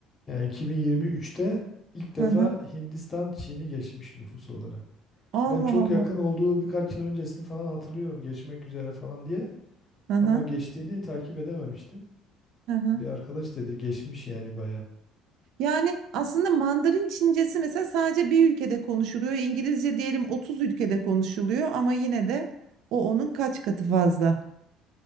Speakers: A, on the left; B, on the right.
A: Yani 2023'te ilk defa
B: Hı hı.
A: Hindistan Çin'i geçmiş nüfus olarak.
B: Allah
A: Ben çok
B: Allah.
A: yakın olduğu birkaç yıl öncesini falan hatırlıyorum geçmek üzere falan diye
B: Hı hı.
A: ama geçtiğini takip edememiştim.
B: Hı hı.
A: Bir arkadaş dedi geçmiş yani baya.
B: Yani aslında Mandarin Çincesi mesela sadece bir ülkede konuşuluyor. İngilizce diyelim 30 ülkede konuşuluyor ama yine de o onun kaç katı fazla.